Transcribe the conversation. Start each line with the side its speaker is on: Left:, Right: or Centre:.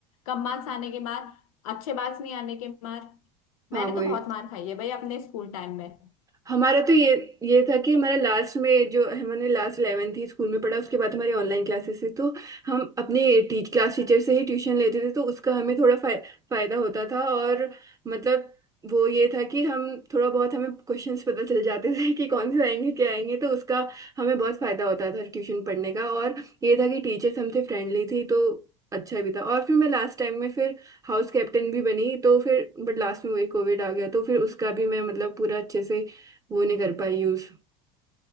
Left: कम मार्क्स आने के मार अच्छे मार्क्स नहीं आने के मार मैंने
Right: हाँ वही
Left: तो बहुत मार खाई है भाई अपने स्कूल टाइम में
Right: हमारा तो ये ये था कि हमारा लास्ट में जो हमने लास्ट इलेवन थी स्कूल में पढ़ा उसके बाद हमारी ऑनलाइन क्लासेस थी तो हम अपने टीच क्लास टीचर से ही ट्यूशन लेते थे तो उसका हमें थोड़ा फाय, फायदा होता था और मतलब वो ये था कि हम थोड़ा बहुत हमें क्वेश्चंस पता चल जाते थे कि कौन से आएंगे क्या आएंगे तो उसका हमें बहुत फायदा होता था ट्यूशन पढ़ने का और ये था कि टीचर्स हमसे फ्रेंडली थी तो अच्छा भी था और फिर मैं लास्ट टाइम में फिर हाउस कैप्टन भी बनी तो फिर बट लास्ट में वही कोविड आ गया तो फिर उसका भी मैं मतलब पूरा अच्छे से वो नहीं कर पाई यूज